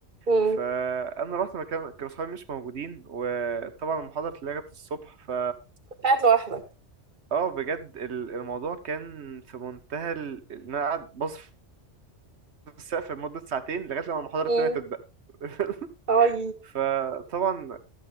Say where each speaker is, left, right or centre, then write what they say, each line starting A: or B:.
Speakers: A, on the right; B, on the right.
A: امم
B: فانا رحت مكان كانوا اصحابي مش موجودين وطبعا المحاضره اتلغت الصبح ف
A: كنت قاعد لوحدك
B: اه بجد ال- الموضوع كان في منتهى ال- ان انا قاعد باص في السقف لمده ساعتين لغايه لما المحاضره
A: امم
B: التانيه تبدا <laughs>
A: اي
B: فطبعا